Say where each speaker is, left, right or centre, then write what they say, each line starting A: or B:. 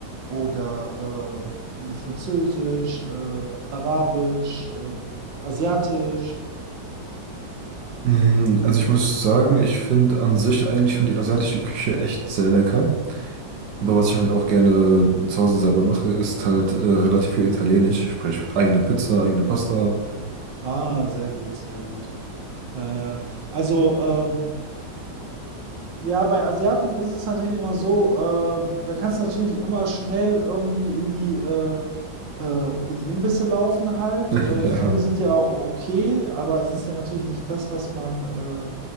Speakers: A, on the right (about 85°); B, on the right (about 70°).
A: oder ähm, weiß nicht, französisch, äh, arabisch, äh, asiatisch.
B: Mm, Also ich muss sagen, ich finde an sich eigentlich schon die asiatische Küche echt sehr lecker. Aber was ich halt auch gerne zu Hause selber mache, ist halt äh, relativ viel Italienisch, sprich eigene Pizza, eigene Pasta.
A: Ah, sehr gut, sehr gut. Naja, also ähm, ja, bei Asiaten ist es natürlich immer so, äh, da kannst du natürlich immer schnell irgendwie in die äh, äh, in die Imbisse laufen halt.
B: <laughs>
A: Äh,
B: Ja.
A: viele sind ja auch okay, aber es ist ja natürlich nicht das, was man äh,